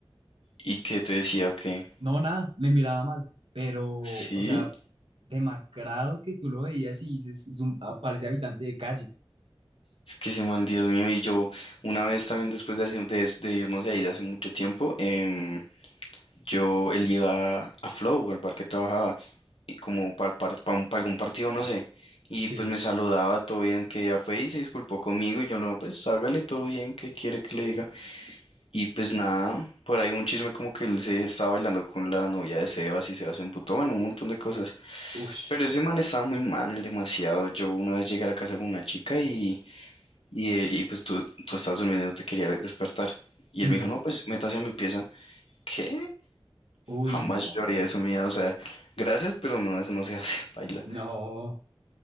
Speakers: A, on the left (about 85°); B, on the right (about 75°).
A: ¿Y qué te decía o qué?
B: No, nada, me miraba mal, pero,
A: Sí,
B: o sea, demacrado que tú lo veías y dices, es un, ah, parece habitante de calle.
A: es que ese man, Dios mío, y yo una vez también después de, hace- de, de irnos de ahí de hace mucho tiempo, em, yo, él iba a Flow, al bar que trabajaba, y como para algún partido, no sé. Y
B: Sí,
A: pues me saludaba, todo bien, que ya fue y se disculpó conmigo. Y yo, no, pues hágale todo bien, que quiere que le diga? Y pues nada, por ahí un chisme como que él se estaba bailando con la novia de Sebas y Sebas se emputó, bueno, un montón de cosas.
B: ush,
A: Pero ese man estaba muy mal, demasiado. Yo una vez llegué a la casa con una chica y, y, eh, y pues tú, tú estabas durmiendo y no te quería despertar. Y él
B: mm,
A: me dijo, no, pues métase a mi pieza. ¿Qué?
B: uy,
A: Jamás
B: no,
A: lloraría haría eso, mía. O sea, gracias, pero no, eso no se hace, <laughs> paila.
B: no,